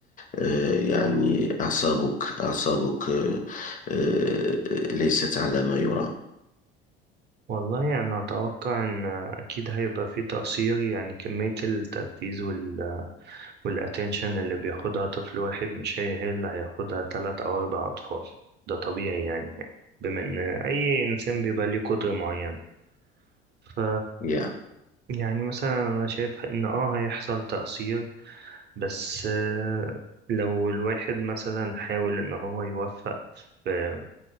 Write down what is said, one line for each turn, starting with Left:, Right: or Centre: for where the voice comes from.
Left: آه، يعني أعصابك أعصابك آه، آه، ليست على ما يرام
Right: والله أنا أتوقع إن أكيد هيبقى فيه تقصير يعني كمية التركيز وال والأتنشن اللي بياخدها طفل واحد مش هي هي اللي هياخدها تلات أو أربع أطفال ده طبيعي يعني بما إن أي إنسان بيبقى ليه قدرة معينة ف
Left: يا
Right: يعني مثلا أنا شايف إن آه هيحصل تقصير بس آه، لو الواحد مثلا حاول ان هو يوفق في